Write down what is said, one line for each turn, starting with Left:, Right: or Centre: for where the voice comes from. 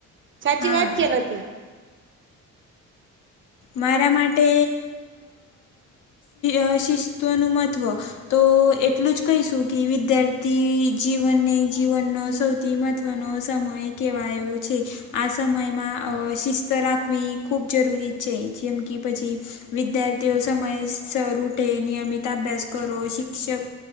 Right: સાચી
Left: હા
Right: વાત કેલા હતી.
Left: મારા માટે અ શિસ્તવનું મહત્ત્વ તો એટલું જ કહીશું કે વિદ્યાર્થી જીવન ન જીવનનો સૌથી તત્વનો સમય કહેવાયો છે. આ સમયમાં અ શિસ્ત રાખવી ખૂબ જરૂરી છે જેમ કે પછી વિદ્યાર્થીઓ સમયસર ઉઠે નિયમિત અભ્યાસ કરો શિક્ષક